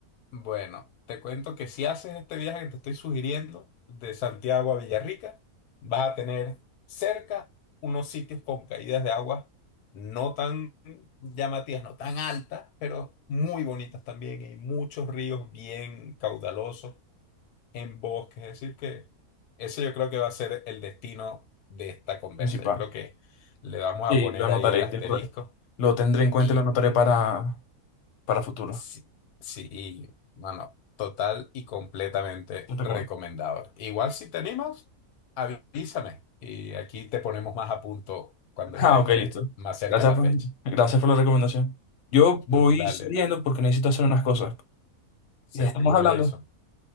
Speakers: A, on the left; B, on the left.
A: Bueno, te cuento que si haces este viaje que te estoy sugiriendo de Santiago a Villarrica, vas a tener cerca unos sitios con caídas de agua no tan llamativas, no tan altas, pero muy bonitas también y muchos ríos bien caudalosos en bosques. Es decir, que ese yo creo que va a ser el destino de esta conversa.
B: principal.
A: Yo creo que le vamos
B: Y
A: a poner
B: lo anotaré,
A: ahí el asterisco.
B: lo tendré en cuenta
A: Y
B: y lo anotaré para, para futuro.
A: Sí, sí, no, no, total y completamente
B: Te recomiendo.
A: recomendado. Igual si te animas, avísame y aquí te ponemos más a punto cuando
B: <laughs> Ah,
A: ya esté
B: ok, listo.
A: más cerca
B: Gracias
A: la
B: por,
A: fecha.
B: gracias por la recomendación. Yo voy
A: <laughs> Dale,
B: saliendo porque necesito hacer unas cosas.
A: seguro,
B: Estamos hablando.
A: Jason.